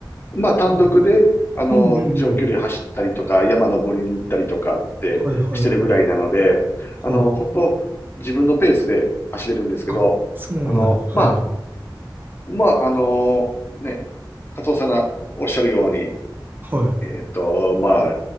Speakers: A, on the left (about 30°); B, on the right (about 25°).
A: まあ、単独で、
B: うん
A: あの、
B: うんうんうん。
A: 長距離走ったりとか、山登りに行ったりとかってしてるぐらいなので、
B: はいはいはい。
A: あの、
B: はい。
A: 本当自分のペースで走れるんですけど、
B: あ、そうなんや。
A: あの、
B: はいはい。
A: まあ、まあ、あの、ね、カツオさんがおっしゃるように、え
B: はい。
A: っと、まあ、